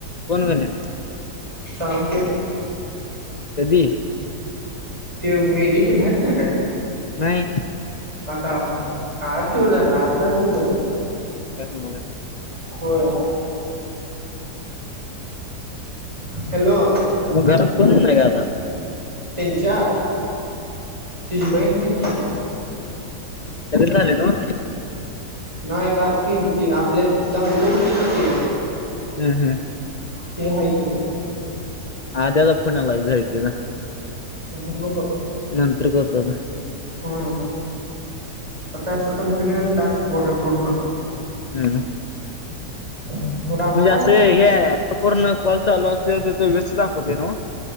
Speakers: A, on the left; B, on the right.
A: कोण गण्या.
B: साळुंखे.
A: कदी.
B: ते मेली की माहीत ना आता
A: नाही.
B: आता आठ दिवस झालं आठ दहा दिवस झालं.
A: काय सांगून आलाय.
B: होय. हॅलो
A: म घरात कोण नाय का आता
B: त्यांच्या तिची बहीण आहे की, ती
A: त्याचे झाले नव्ह.
B: नाय बारकी ती आपल्यात ती दहावीला होती की ती
A: हूं हूं
B: ते हाय की
A: आज्याचा फोन आला झळकेचा.
B: कुणु क <unintelligible>
A: नंतर करतो आता
B: हूं आता असं कंटिन्यू टास्क बोरा पूर्ण
A: हं हम्म -
B: <unintelligible> रानात
A: म्हणजे
B: आहे
A: असं हे हाय पूर्ण कॉल चालू असल्यावर तिऱ्हे व्यस्त दाखवते ना ओ.